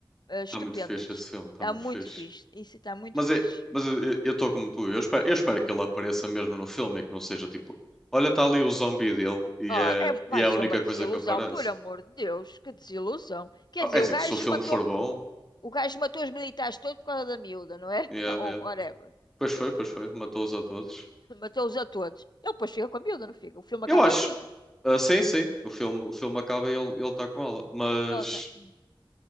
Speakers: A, on the left; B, in the centre.
A: eh, estupendas.
B: Está muito fixe esse filme, está
A: Está
B: muito
A: muito
B: fixe.
A: fixe. Isso está muito
B: Mas,
A: fixe.
B: é, mas eu estou como tu, eu espero, eu espero que ele apareça mesmo no filme e que não seja tipo, olha, está ali o zombie dele e
A: Ah,
B: é,
A: é- vai
B: e é a
A: ser
B: única
A: uma desilusão,
B: coisa que aparece.
A: por amor de Deus, que desilusão. Quer
B: Ah,
A: dizer,
B: É assim,
A: o gajo
B: se o filme
A: matou,
B: for bom.
A: o gajo matou os militares todos por causa da miúda, não é?
B: Yeah,
A: <laughs> Ou
B: yeah.
A: whatever.
B: Pois foi, pois foi. Matou-os a todos.
A: Matou-os a todos. Ele depois fica com a miúda, não fica? O filme
B: Eu
A: acaba
B: acho.
A: assim.
B: ah, sim, sim. O filme, o filme acaba e ele ele está com ela. Mas
A: Ela tá... "Hum."